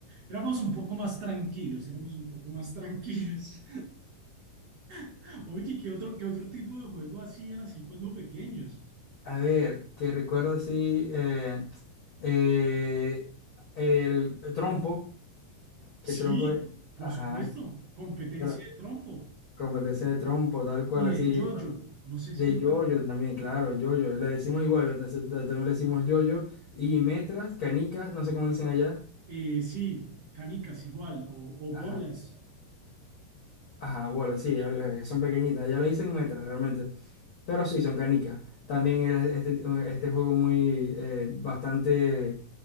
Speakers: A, on the right; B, on the left.
A: Éramos un poco más tranquilos, éramos un poco más tranquilos. <laughs> Oye, ¿qué otro, qué otro tipo de juego hacían así cuando pequeños?
B: A ver, que recuerdo así, eh, eh, el trompo,
A: Sí,
B: que trompo, eh,
A: por
B: ajá,
A: supuesto, competencia
B: tra-
A: de trompo
B: competencia de trompo, tal cual,
A: y
B: así,
A: de yoyo.
B: con-
A: No sé
B: de
A: si
B: yoyo
A: tan-
B: también, claro, yoyo, le decimos igual, entonces, ta- también le decimos yoyo, y metras, canicas, no sé cómo le dicen allá,
A: eh, sí, canicas igual, o, o
B: ajá,
A: bolas.
B: ajá, bolas, sí, eh, que son pequeñitas, allá le dicen metras realmente, Pero sí, son canicas. También era este, este juego muy eh, bastante